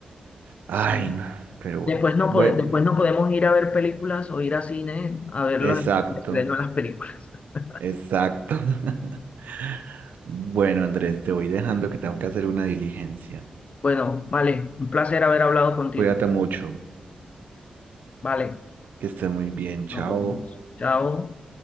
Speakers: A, on the right (about 85°); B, on the left (about 50°).
A: Ay,
B: Sí.
A: no, pero
B: Después
A: bueno.
B: no,
A: Bueno,
B: pode- después no podemos ir a ver películas o ir a cine a ver
A: exacto.
B: los estrenos de las películas. <laughs>
A: Exacto. <laughs> Bueno, Andrés, te voy dejando que tengo que hacer una diligencia.
B: Bueno, vale, un placer haber hablado contigo.
A: Cuídate mucho,
B: Vale,
A: que estés muy bien. Chao.
B: nos vemos. Chao.